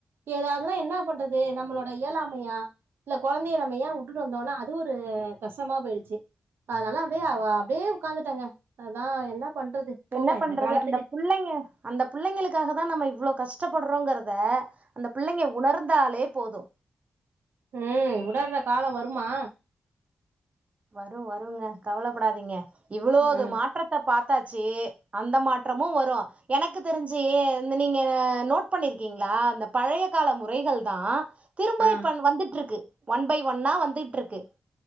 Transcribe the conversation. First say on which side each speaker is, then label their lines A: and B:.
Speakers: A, on the right (about 80°); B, on the right (about 35°).
A: ஏதாதுனா என்னா பண்றது நம்மளோட இயலாமையா இல்ல குழந்தைய நம்ம ஏ உட்டுட்டு வந்தோனா அது ஒரு கசமா போய்டுச்சி அதனால அப்டே அவ அப்டே உக்காந்துட்டாங்க அதா என்னா பண்றது போங்க
B: என்ன பண்றது
A: இந்த காலத்துக்கு
B: அந்த புள்ளைங்க அந்த புள்ளைங்களுக்காகதா நம்ம இவ்ளோ கஷ்டப்பட்றோங்குறத அந்த பிள்ளைங்க உணர்ந்தாலே போது
A: ம் உடற்ற கால வருமா
B: வரு வருங்க கவலப்படாதீங்க இவ்ளோது
A: ஆ
B: மாட் ட்றத்த பாத்தாச்சு அந்த மாட்றமு வரு எனக்கு தெரிஞ்சு இந்த நீங்க நோட் பண்ணிருக்கீங்ளா அந்த பழைய கால முறைகள் தா திரும்ப்ப
A: ஆ
B: இப்ப வந்துட்ருக்கு ஒன் பை ஒன்னா வந்துட்ருக்கு